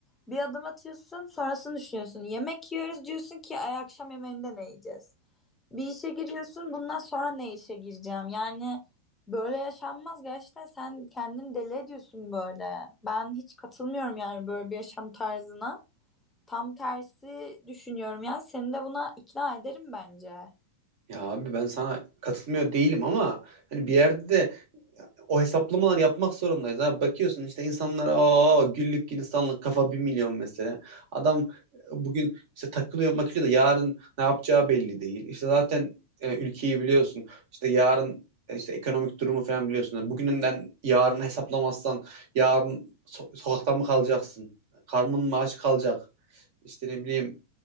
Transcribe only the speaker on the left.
bir adım atıyorsun, sonrasını düşünüyorsun. Yemek yiyoruz diyorsun ki ay akşam yemeğinde ne yiyeceğiz? Bir işe giriyorsun, bundan sonra ne işe gireceğim? Yani böyle yaşanmaz. Gerçekten sen kendini deli ediyorsun böyle. Ben hiç katılmıyorum yani böyle bir yaşam tarzına. Tam tersi düşünüyorum yani. Seni de buna ikna ederim bence.